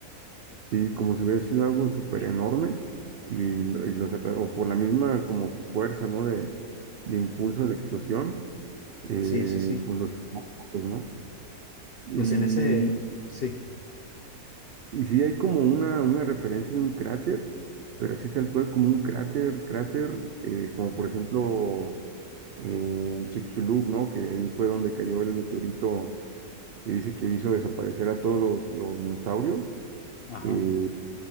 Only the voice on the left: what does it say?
Sí, sí, sí.
Pues en ese, sí,
ajá,